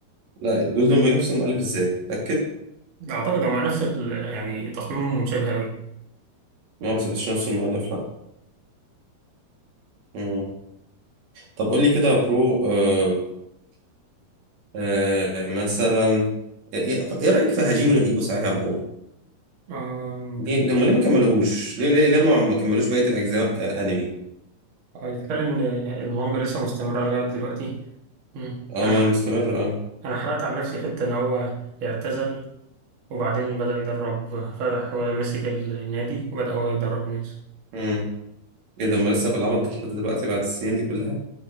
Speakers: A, on the right; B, on the right.
A: لا جولدن بوي نفس المؤلف ازاي متأكد
B: أعتقد هما نفس ال... يعني تصميمهم متشابه أوي
A: ما هو بس مش نفس المؤلف لا مم. طب قول لي كده يا برو آه، آه، مثلا ايه إيه رأيك في هاجيمي نو ايبو صحيح يا برو
B: أمم،
A: ليه هم ليه ما كملوهوش ليه ليه ليه ما ما كملوش بقية الأجزاء آه، أنمي
B: هيتكلم إن المانجا لسه مستمرة لغاية دلوقتي امم
A: اه
B: أنا ح...
A: ما مستمر اه
B: أنا حرقت عن نفسي حتة إن هو اعتزل وبعدين بدأ يدرب فتح ومسك ال- النادي وبدأ هو يدرب الناس
A: امم ايه ده هم لسه بالعبط ده لحد دلوقتي بعد السنين دي كلها